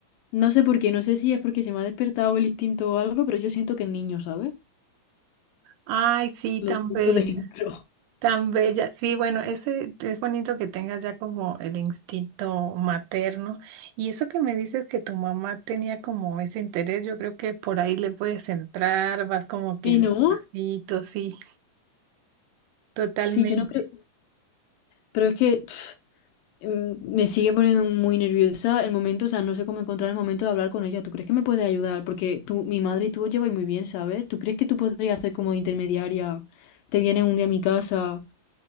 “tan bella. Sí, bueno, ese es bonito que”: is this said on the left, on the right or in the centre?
Right